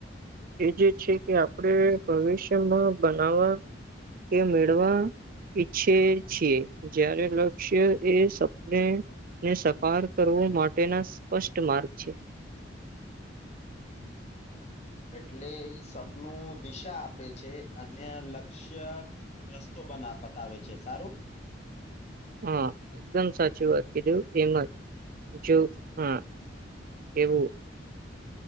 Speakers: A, on the right; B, on the left.
A: એ જે છે કે આપણે ભવિષ્યમાં બનાવવા કે મેળવા ઈચ્છે છીએ જ્યારે લક્ષ્ય એ સપને ને સકાર કરવો માટેના સ્પષ્ટ માર્ગ છે
B: એટલે સપનું દિશા આપે છે અને લક્ષ્ય રસ્તો બના બતાવે છે સારું
A: હા એકદમ સાચી વાત કીધું એમ જ જો હા એવું